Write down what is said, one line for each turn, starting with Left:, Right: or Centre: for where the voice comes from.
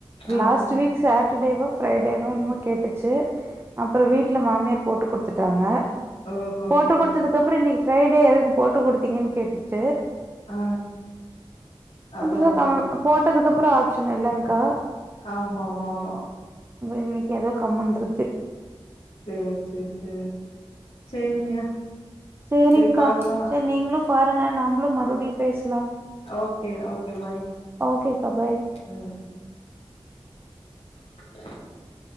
Left: ஆ
Right: லாஸ்ட் வீக் சாட்டர்டேவ ப்ரைடேப் அ என்னமோ கேட்டுச்சு அப்பறம் வீட்ல மாமியார் போட்டு குடுத்துட்டாங்க
Left: ஓஹோஹோ
Right: போட்டு குடுத்ததுக்கு அப்பறம் இன்னைக் ஃப்ரைடே எதுக்கு போட்டு குடுத்தீங்கன்னு கேட்டுச்சு
Left: ஆ அதா
Right: அப்பற
Left: அதா
Right: க
Left: அதா
Right: போட்டதுக்குப் அப்புற ஆப்ஷன் இல்லங்க்கா
Left: ஆமா ஆமா ஆமா
Right: இன்னைக்கு எதோ கம்முன்றுக்கு
Left: ம் செரி செரி சேரிங்க
Right: சேரிங்கா
Left: சேரி பாக்கலா
Right: செரி நீங்களு பாருங்க நம்பளு ம லுடி பேசலா
Left: ஓகே ஓகே பாய்
Right: ஓகேக்கா பாய்
Left: ம் <inaudible>